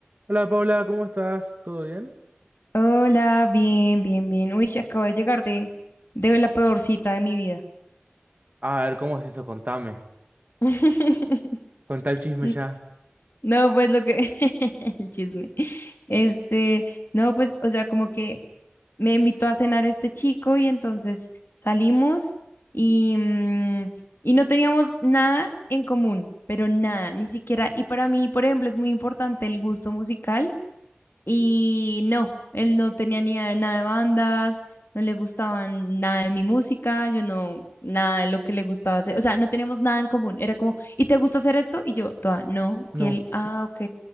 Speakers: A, on the right; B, on the left.
A: Hola Paula, ¿cómo estás? ¿Todo bien?
B: Hola, bien, bien, bien. Uy, acabo de llegar de, de la peor cita de mi vida.
A: A ver, ¿cómo es eso? Contame.
B: <laughs>
A: Contá el chisme
B: N-
A: ya.
B: No, pues lo que... <laughs> El chisme. Este, no, pues, o sea, como que me invitó a cenar este chico y entonces salimos y, mm, y no teníamos nada en común, pero nada, ni siquiera. Y para mí, por ejemplo, es muy importante el gusto musical. Y no, él no tenía ni idea de nada de bandas, no le gustaban nada de mi música, yo no, nada de lo que le gustaba hacer, o sea, no teníamos nada en común, era como, ¿y te gusta hacer esto? Y yo, toda, no,
A: No.
B: y él, ah, ok.